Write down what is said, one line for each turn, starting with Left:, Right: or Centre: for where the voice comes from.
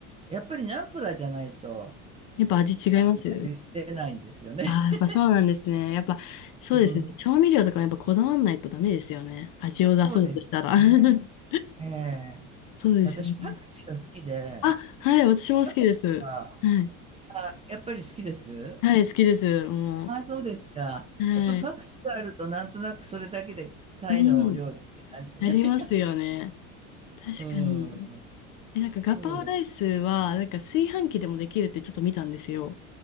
Right: やっぱりナンプラーじゃないと、
Left: やっぱ味違います
Right: あの、味出ないんですよね。
Left: ああやっぱそうなんですね。
Right: <laughs>
Left: やっぱそうですね。
Right: うん。
Left: 調味料とかもやっぱこだわんないとダメですよね。味を出そうとしたら。
Right: そうですね。
Left: <laughs>
Right: ええ
Left: そうですよね。
Right: 私、パクチーが好きで、
Left: あ、はい、私も好きです。
Right: パクチーが、
Left: はい。
Right: あ、やっぱり好きです。
Left: はい、好きです。も
Right: ああ、そうですか。
Left: う。はい。
Right: やっぱパクチーがあるとなんとなくそれだけでタイのお料理って感じになりますよ。
Left: うん。ありますよね。確かに。
Right: うん。
Left: え、なんかガパオライスは、
Right: そうです。
Left: なんか炊飯器でもできるってちょっと見たんですよ。